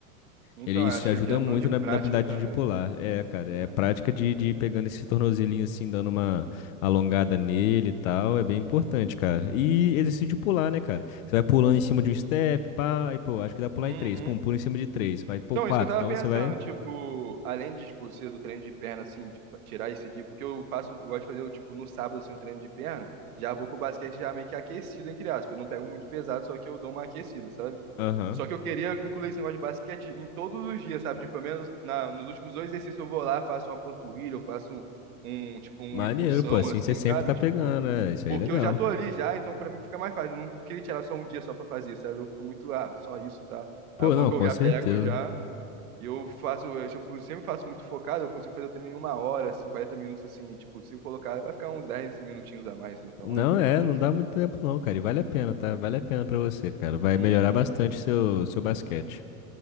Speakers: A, on the right; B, on the left.
A: Então,
B: Ele, isso
A: acho
B: te ajuda
A: que é questão
B: muito
A: de
B: na,
A: prática
B: na habilidade
A: também.
B: de pular. É, cara, é
A: É.
B: prática de, de ir pegando esse tornozelinho assim, dando uma alongada nele e tal. É bem importante, cara. E exercício de pular, né, cara? Você vai pulando em cima de um step, pá, aí, pô, acho que dá pra pular
A: Uhum.
B: em três. Pum, pula em cima de três. Vai, pô,
A: Então,
B: quatro.
A: isso que eu tava
B: Então
A: pensando,
B: você vai.
A: tipo, além de, tipo, ser do treino de perna, assim, de fa- tirar esse dia, porque eu faço, eu gosto de fazer, tipo, no sábado, assim, um treino de perna, já vou pro basquete já meio que aquecido, entre aspas, eu não pego muito pesado, só que eu dou uma aquecida, sabe?
B: Aham.
A: Só que eu queria incluir esse negócio de basquete em todos os dias, sabe? Tipo, pelo menos na, nos últimos dois exercícios eu vou lá, faço uma panturrilha, eu faço um, um, tipo, uma
B: Maneiro,
A: impulsão,
B: pô, assim
A: assim,
B: você sempre
A: sabe?
B: tá
A: Tipo,
B: pegando, né? Isso
A: porque
B: aí é legal.
A: eu já tô ali já, então pra mim fica mais fácil, eu não queria tirar só um dia só pra fazer, sabe? Eu fico muito, ah, só isso, tá?
B: Pô,
A: Aí é bom
B: não,
A: é que
B: com
A: eu já
B: certeza.
A: pego já. E eu faço, eu tipo, sempre faço muito focado, eu consigo fazer o treino em uma hora, assim, 40 minutos, assim, e, tipo, se eu colocar, vai ficar uns 10 minutinhos a mais, então
B: Não
A: é bem
B: é,
A: de boa,
B: não
A: sabe?
B: dá muito tempo não, cara. E vale a pena, tá? Vale a pena pra você, cara. Vai
A: Uhum.
B: melhorar bastante seu seu basquete.